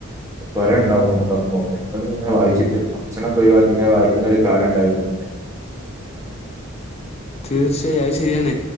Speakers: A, on the right; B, on the left.
A: തൊരെണ്ടാവും ഞമ്മക്ക്‌ അപ്പൊ പെട്ടെന്ന് അക്കങ്ങനെ വായിച്ചിട്ട് ഭക്ഷണൊക്കെ ഒയിവാക്കി ങ്ങനെ വായിക്കുന്നൊരു കാലണ്ടായിര്ന്നു
B: തീർച്ചയായും അഹ് ശര്യാണ്